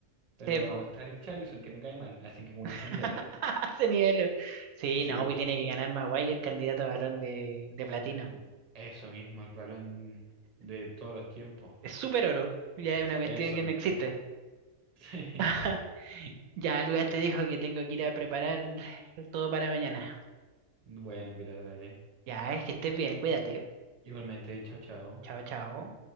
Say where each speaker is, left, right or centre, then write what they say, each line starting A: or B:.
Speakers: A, on the right; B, on the right.
A: Pero
B: Sí, po.
A: está Richarlison, que me cae mal, así que como
B: <laughs>
A: que se nivela.
B: Ese nivel. Sí,
A: Sí,
B: no, pues tiene que ganar Maguire el candidato a balón de, de platino.
A: mm, eso mismo, el balón de todos los tiempos.
B: Es súper oro. Ya es una cuestión
A: Eso
B: que
A: mismo.
B: no existe.
A: <laughs>
B: <laughs> Ya, Lucas, te dejo que tengo que ir a preparar todo para mañana.
A: Bueno, Pilar, dale.
B: Ya, es que estés bien, cuídate.
A: Igualmente, chao, chao.
B: Chao, chao.